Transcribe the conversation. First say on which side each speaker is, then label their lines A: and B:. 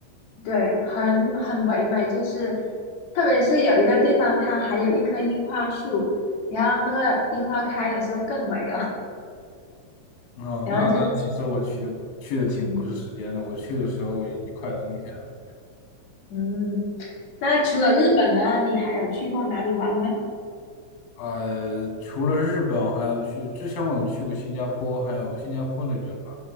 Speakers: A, on the left; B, on the left.
A: 对，很很唯美。就是特别是有一个地方，它还有一棵樱花树，然后那个樱花开的时候更美了。
B: 哦，
A: <laughs> 然后就
B: 那那其实我去的去的挺不是时间的，
A: 嗯
B: 我去的时候已经快冬天了。
A: 嗯，那除了日本呢，你还有去过哪里玩吗？
B: 呃，除了日本，还有去，之前我有去过新加坡，还有新加坡那边吧。